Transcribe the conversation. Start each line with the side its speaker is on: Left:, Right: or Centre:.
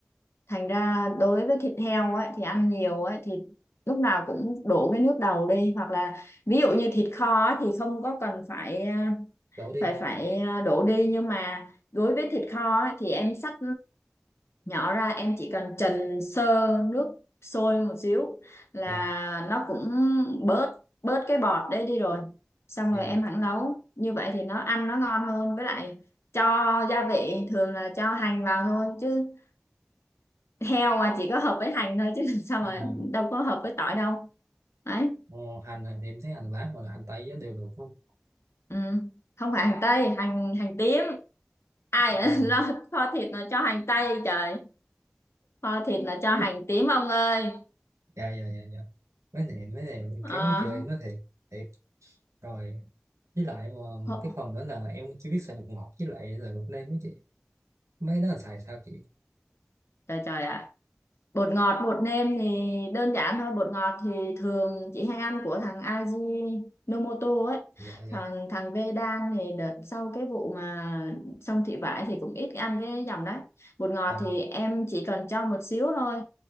Left: thành ra đối với thịt heo ấy thì ăn nhiều ấy thì lúc nào cũng đổ cái nước đầu đi hoặc là ví dụ như thịt kho ấy, thì không có cần phải à,
Right: đổ đi
Left: phải phải à, đổ đi nhưng mà đối với thịt kho ấy, thì em xắt nhỏ ra em chỉ cần trần sơ nước sôi một xíu là
Right: dạ
Left: nó cũng bớt bớt cái bọt đấy đi rồi xong
Right: dạ
Left: rồi em hẳn nấu như vậy thì nó ăn nó ngon hơn với lại cho gia vị thường là cho hành vào thôi chứ heo mà chỉ có hợp với hành thôi chứ <laughs> làm sao
Right: à,
Left: mà đâu có hợp với tỏi đâu đấy
Right: ờ, hành thì em thấy hành lá hoặc là hành tây á đều được không
Left: ừ. không phải hành tây hành hành tím ai
Right: à,
Left: ở <laughs> lo kho thịt mà cho hành tây trời kho thịt là cho
Right: Ừ.
Left: hành tím ông ơi
Right: dạ dạ dạ dạ mấy này mấy này em
Left: Ờ,
Right: kéo chị ơi em nói thiệt thiệt rồi với lại ờ, một
Left: hộ-
Right: cái phần nữa là em chưa biết xài bột ngọt với lại là bột nêm với chị mấy đó là xài sao chị
Left: trời trời ạ bột ngọt bột nêm thì đơn giản thôi bột ngọt thì thường chị hay ăn của thằng Aji Nomoto ấy
Right: dạ dạ
Left: thằng thằng Vedan thì đợt sau cái vụ mà xong thị vải thì cũng ít ăn cái dòng đấy bột ngọt
Right: dạ
Left: thì em chỉ cần cho một xíu thôi